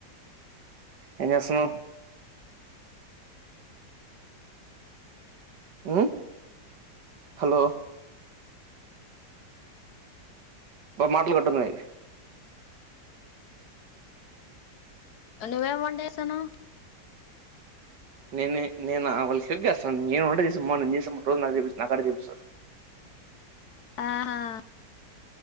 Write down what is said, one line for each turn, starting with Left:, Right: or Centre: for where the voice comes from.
Right: ఎం చేస్తున్నావ్ మ్ హలో బ మాటలు కట్టున్నాయ్
Left: నువ్వేం వంట ఎస్తున్నావ్
Right: నేనే నేనా వాళ్ళకి సెట్ చేస్తాన నేను వంట చేసా మా రోజు నేను పోను నేన్ వంట చేస్తే నాకాడే చూపిస్తారు
Left: ఆహా